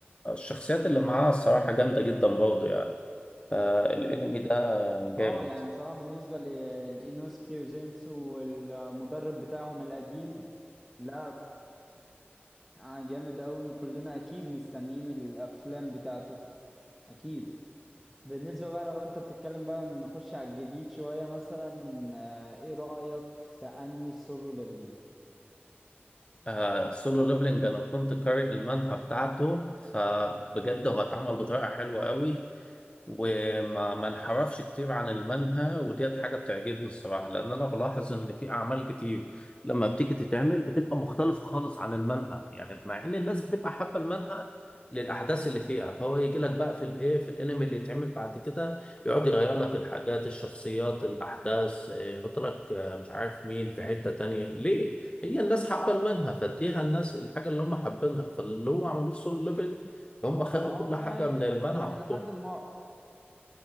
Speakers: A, on the left; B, in the centre.
A: والشخصيات اللي معاه الصراحه جامده جدا برضه يعني فالانمي ده جامد
B: اه يعني بصراحة بالنسبة لإينوسكي وزينسو والمدرب بتاعهم القديم لا آه جامد قوي وكلنا اكيد مستنيين الافلام بتاعته اكيد بالنسبة بقى لو انت بتتكلم بقى نخش على الجديد شوية مثلا آه ايه رأيك في انمي سولو ليفلينج
A: آه سولو ليفلنج انا كنت قارئ المانهوا بتاعته فبجد هو اتعمل بطريقه حلوه قوي وما ما انحرفش كتير عن المنهى وديت حاجة بتعجبني الصراحة لأن أنا بلاحظ إن في أعمال كتير لما بتيجي تتعمل بتبقى مختلفة خالص عن المنهى يعني مع إن الناس بتبقى حابة المنهى للأحداث اللي فيها فهو يجي لك بقى في الإيه في الأنمي اللي يتعمل بعد كده يقعد يغير لك الحاجات الشخصيات الأحداث إيه، يحط لك آه، مش عارف مين في حتة تانية ليه؟ هي الناس حابة المنهى فاديها الناس الحاجة اللي هم حابينها فاللي هم عملوه في سول ليفل هم خدوا
B: اه
A: كل حاجة
B: يعني
A: من المنهى
B: لحد
A: حطوها
B: ما